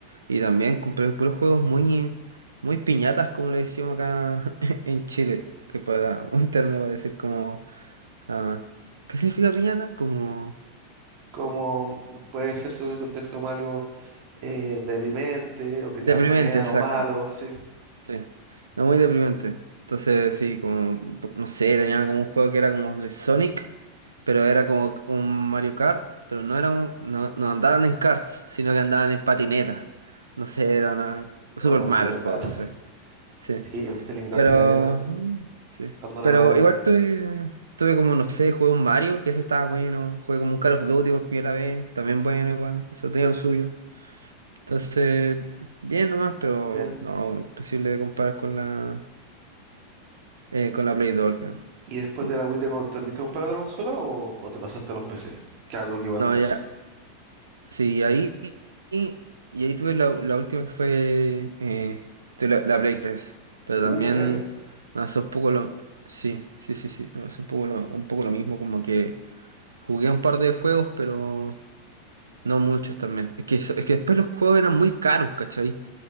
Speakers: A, on the right; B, on the right.
A: Y también compré puros juegos muy, muy piñatas, como le decimos acá <laughs> en Chile, que para <laughs> un término para decir como, ah, ¿qué significa piñata? Como
B: como puede ser según el contexto como algo eh, deprimente o que
A: deprimente,
B: te bajonea
A: exacto,
B: o malo, sí.
A: sí, no muy deprimente. Entonces, sí, como, no sé, tenía como un juego que era como de Sonic, pero era como un Mario Kart, pero no era un- no, no andaban en karts, sino que andaban en patinetas. No sé, era una, súper
B: O
A: mal
B: puta,
A: el
B: qué
A: juego,
B: lata.
A: no sé, sí.
B: Sí, pues te limitaste
A: Pero,
B: caleta
A: mm, sí.
B: cuando no
A: Pero
B: la ves lo
A: igual
B: que
A: tuve, tuve como, no sé, jugué un Mario, que ese estaba bueno. Jugué como un Call of Duty por primera vez, también bueno igual. Eso tenía lo suyo. Entonces, bien nomás, pero
B: bien.
A: no, imposible de comparar con la, eh, con la Play 2. al final.
B: ¿Y después
A: Mm.
B: de la Wii te, co- te volviste a comprar otra consola o, o te pasaste a los PC? Que algo que igual
A: No,
B: pasa.
A: ya. Sí, ahí, y, y ahí tuve la, la última que fue eh, tuve la, la Play 3. Pero también
B: Uh, buena.
A: me hace un poco lo... Sí, sí, sí, sí. Me hace un poco lo, un poco lo mismo, como que... Jugué un par de juegos, pero no muchos también. Es que, eso- es que después los juegos eran muy caros, ¿cachai?